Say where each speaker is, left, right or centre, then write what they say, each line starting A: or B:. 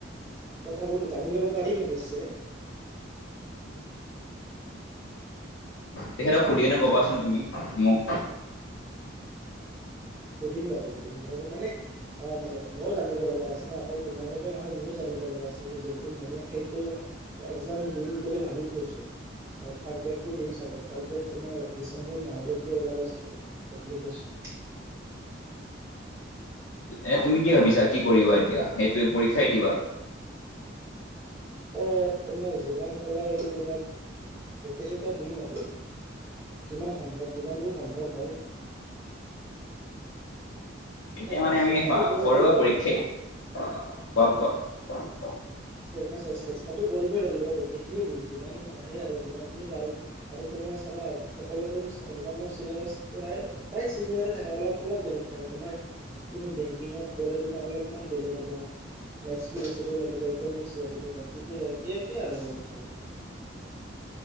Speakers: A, on the right (about 15°); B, on the left (about 85°).
A: কথাবোৰ জানি ল'ব পাৰিম অৱশ্যে।
B: তেখেতক সুধি কিনে কবাচোন তুমি মোক।
A: সুধিম বাৰু সুধিম মোক মানে - অ মইয়ো জানিব লগা আছে ন অকল তোমাৰ বাবে নহয় মইয়ো জানিব লগা আছে যিহেতু মোৰো সেইটো- একজাম দিম বুলি ভাবি থৈছোঁ। অঁ থাৰ্ড গ্ৰেডটো দিম চাগে থাৰ্ড গ্ৰেড তোমাৰ ডিচেম্বৰ মাহলৈকে ওলাব চাগে। এপ্লিকেশ্যন।
B: এ তুমি কি ভাবিছা কি কৰিবা এতিয়া, সেইটোয়ে পৰীক্ষাই দিবা?
A: অঁ তোমাৰ যিমান ওলায় এইকেইদিনত গোটেইকেইটা দিম আৰু। যিমান সম্ভৱ যিমান দূৰ সম্ভৱ হয়।
B: এতিয়া মানে
A: আ,
B: আমি
A: চেষ্টাটো কৰিবই
B: সৰুৱা
A: লাগিব।
B: পৰীক্ষাই - অ কোৱা কোৱা। <unintelligible>
A: চে চেষ্টাটো কৰিবই লাগিব গোটেইখিনিয়ে দিম, যিমান আহে আৰু যিমানখিনি পাৰো। আৰু তোমাৰ চাবা সকলোবোৰ একজামৰ চিলেবাচ - প্ৰায় প্ৰায় চিমিলাৰে থাকে অলপ অলপ বেলেগ থাকে তোমাৰ - তুমি বেংকিংত গলে তোমাৰ অলপমান বেলেগ হব মেটচটো বেচিকৈ লাগিব। টো ইংলিছ লাগিব বাকীবোৰ একে একে আৰু অলপ চলপ।